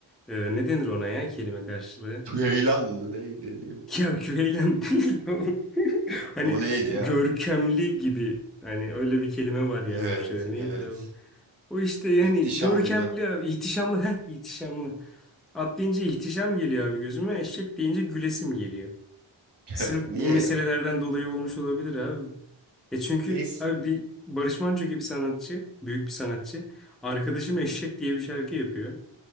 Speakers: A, in the centre; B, on the right.
A: Ee, ne denir ona ya kelime karşılığı?
B: Ceylan mı neydi diyor.
A: Ya küveylan <laughs> değil. o. Hani
B: O neydi ya?
A: görkemli gibi. Hani öyle bir kelime var ya
B: Evet
A: Türkçe'de. Neydi
B: evet.
A: abi? O işte yani
B: İhtişamlı.
A: görkemli abi. ihtişamlı. Heh ihtişamlı. At deyince ihtişam geliyor abi gözüme. Eşek deyince gülesim geliyor.
B: <laughs>
A: Sırf bu
B: Niye
A: meselelerden
B: ya?
A: dolayı olmuş olabilir abi. E çünkü
B: Neyse.
A: abi bir Barış Manço gibi sanatçı, büyük bir sanatçı. Arkadaşım Eşek diye bir şarkı yapıyor.